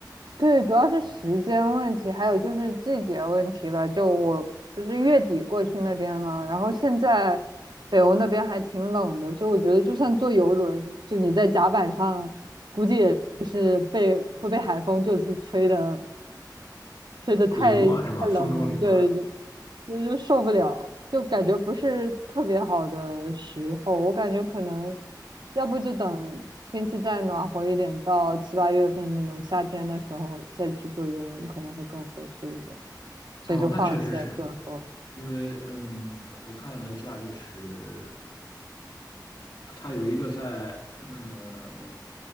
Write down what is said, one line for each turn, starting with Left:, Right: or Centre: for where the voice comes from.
Right: 对，主要是时间问题，还有就是季节问题吧。就我不是月底过去那边嘛，然后现在北欧那边还挺冷的，所以我觉得就算坐游轮，就你在甲板上，估计也是被会被海风就是吹的，吹的太太冷了，
Left: 凌乱是吧？风中凌乱。
Right: 对，就就就受不了，就感觉不是特别好的时候。我感觉可能，要不就等天气再暖和一点，到七八月份那种夏天的时候再去坐游轮可能会更合适一点，所以就放弃了最后。
Left: 哦，那确实是因为，嗯，我看了一下，就是它有一个在呃呃